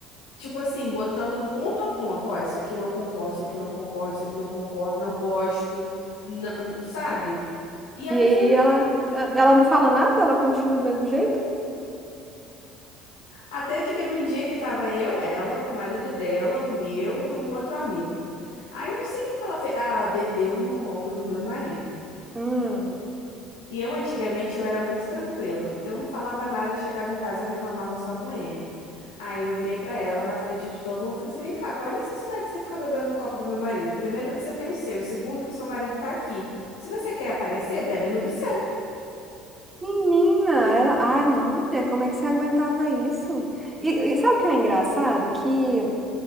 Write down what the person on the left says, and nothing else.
tipo assim, botando ponto a ponto, ó, isso aqui eu não concordo, isso aqui eu não concordo, isso aqui eu não concordo, não gosto, não- sabe? E a
pessoa
não. en-
Até que teve um dia que tava eu, ela, o marido dela, o meu e um outro amigo. Aí eu não sei o que que ela fez. Ah, ela bebeu no copo do meu marido.
E eu, antigamente, eu era muito tranquila. Eu não falava nada, chegava em casa, eu reclamava só com ele. Aí eu virei pra ela na frente de todo mundo e falei assim: vem cá, qual é a necessidade de você ficar bebendo no copo do meu marido? Primeiro, que você tem o seu, e segundo, que o seu marido tá aqui. Se você quer aparecer, bebe no do seu.